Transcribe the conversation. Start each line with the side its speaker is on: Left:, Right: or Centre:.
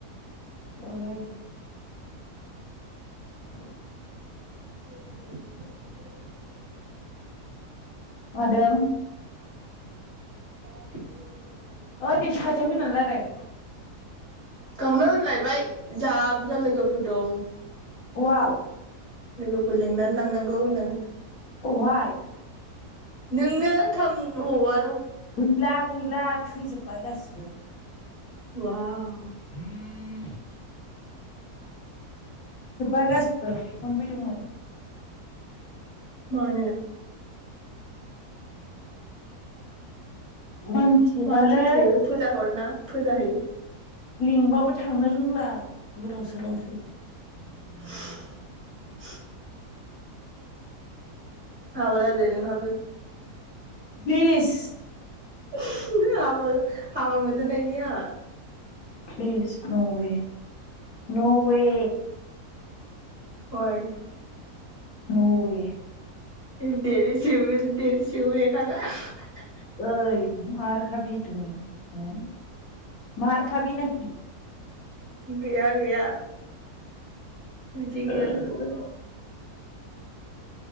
Left: औलै <unintelligible>
Right: लोगोफोरा लिंदो नोंनो
Left: मादों
Right: गावनो
Left: ओइ दिस एसे खाथियाव फैना रायलाय
Right: गावनो होनलायबाय जा बुरजा लोगोफोर दं
Left: अवाव
Right: लोगोफोर लिंनानै लांनांगौ होननानै
Left: अहाय
Right: नोंनो थाम अवावआ
Left: गैला गैला थैजोब बाय गासैबो
Right: उवाव
Left: <unintelligible> <inaudible> जोब्बाय गासिबो मोनफैदोंमोन
Right: मानो
Left: मानसिजोबालै
Right: मानो थैखो फोजा हरना फोजाहै
Left: लिंबाबो थांनो रोंला गोदाव सोरावसो
Right: <unintelligible> हाबा जादो नोंहाबो
Left: इस
Right: <unintelligible> हाबो हाबा मोनदानायनि आहा
Left: प्लिस न'वे, न'वे।
Right: अय!
Left: न'वे
Right: <unintelligible> <unintelligible>
Left: ओइ मारखाबि तुमि उम मार खाबि नाखि?
Right: गैया गैया। बिदि
Left: <unintelligible>
Right: गैया